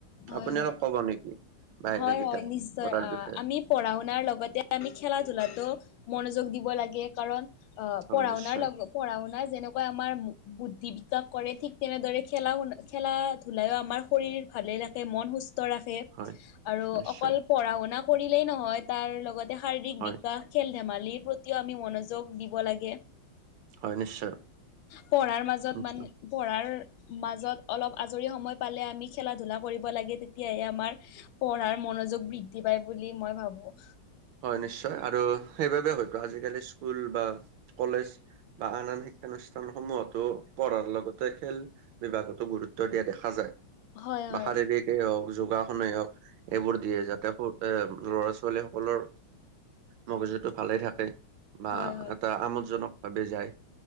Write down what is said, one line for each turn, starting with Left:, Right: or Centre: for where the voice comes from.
Left: হয়
Right: আপুনি
Left: হয়
Right: অলপ কব নেকি বাহিৰে
Left: হয়
Right: কিতাপ
Left: হয় নিশ্চয়
Right: পঢ়াৰ
Left: আহ
Right: বিষয়ে।
Left: আমি পঢ়া শুনাৰ লগতে আমি খেলা ধূলাতো মনোযোগ দিব লাগে কাৰণ, অ
Right: হয়
Left: পঢ়াওনাৰ
Right: নিশ্চয়,
Left: লগ পঢ়া শুনা যেনেকৈ আমাৰ বুদ্ধি বিকাশ কৰে ঠিক তেনেদৰে খেলা শুনা খেলা ধূলাইও আমাৰ শৰীৰ ভালে ৰাখ- মন সুস্থ ৰাখে
Right: হয়
Left: আৰু
Right: নিশ্চয়,
Left: অকল পঢ়া শুনা কৰিলেই নহয় তাৰ লগত এ শাৰীৰিক
Right: হয়,
Left: বিকাশ খেল ধেমালিৰ প্ৰতিও আমি মনোযোগ দিব লাগে।
Right: হয় নিশ্চয়,
Left: পঢ়াৰ মাজত
Right: নিশ্চয়।
Left: মান পঢ়াৰ মাজত অলপ আজৰি সময় পালে আমি খেলা ধূলা কৰিব লাগে তেতিয়াহে আমাৰ পঢ়াৰ মনোযোগ বৃদ্ধি পায় বুলি মই ভাবো।
Right: হয় নিশ্চয় আৰু সেইবাবে হয়তো আজিকালি স্কুল বা কলেজ বা আন আন শিক্ষানুষ্ঠানসমূহতো পঢ়াৰ লগতে খেল বিভাগতো গুৰুত্ব দিয়া দেখা যায়।
Left: হয়
Right: বা
Left: হয়
Right: শাৰীৰিকেই হওক যোগাসনেই হওক এইবোৰ দিয়ে যাতে স তে লৰা ছোৱালী সকলৰ মগজুটো ভালে থাকে। বা
Left: হয় হয়
Right: এটা আমোদজনক ভাৱে যায়